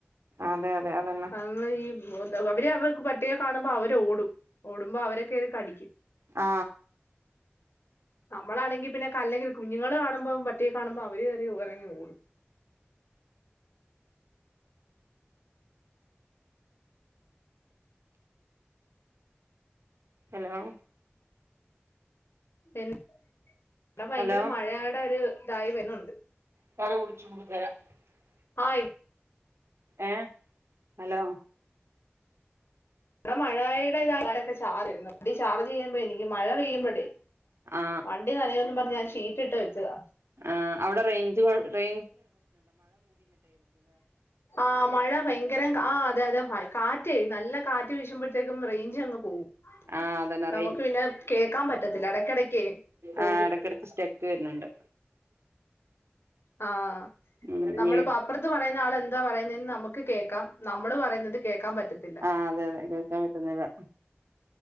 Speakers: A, on the right; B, on the left.
A: അതെ അതെ അതന്നെ
B: <unintelligible> അവര് അവർക്ക് <unintelligible> ണമ്പോ അവരോടും ഓടുമ്പോ അവരെ കേറി കടിക്കും
A: ആ
B: നമ്മളാണെങ്കി പിന്നെ കല്ലെങ്കില് കുഞ്ഞ്ങ്ങള് കാണ് മ്പം പട്ടിയേ കാണുമ്പം അവര് ത് എറങ്ങി ഓടും
A: ഹലോ
B: പെൻ വ്ടെ ഭയങ്കര
A: ഹലോ
B: മഴയേടെ ഒര് തായി വര്ണുണ്ട്
A: <unintelligible>
B: ആ ഇ
A: ഏഹ് ഹലോ
B: ഇവിടെ മഴയുടെ ഇതാ ചാർജ് ഇരുന്ന് ചാർജ് ചെയ്യുമ്പോ എനിക്ക് മഴ പെയ്യുമ്പോഴേ.
A: ആ
B: വണ്ടി നനയുന്ന് പറഞ്ഞ് ഞാൻ ഷേ ഇട്ട് വെച്ചത്.
A: ആഹ് അവിടെ റേഞ്ച് കൊ റേ
B: ആഹ് മഴ ഭയങ്കര ആ അതെ അതെ. കാറ്റേ നല്ല കാറ്റ് വീഴശുമ്പോഴത്തേക്കും റേഞ്ച് അങ്ങ് പോവും.
A: ആ അതന്നെ
B: നമുക്ക്
A: റേ
B: പിന്നെ കേക്കാൻ പറ്റത്തില്ല ഇടക്കടക്ക് പോകും.
A: ആ ഇടക്കിടക്ക് സ്റ്റക്ക് വരുന്നുണ്ട്
B: ആഹ്
A: ഉം
B: നമ്മളിപ്പോ അപ്പുറത്ത് പറയുന്ന ആള് എന്താ പറയുന്നെന്ന് നമു കേൾക്കാം നമ്മള് പറയുന്നത് കേക്കാൻ പറ്റത്തില്ല.
A: ആ അതെ അതെ കേൾക്കാൻ പറ്റുന്നില്ല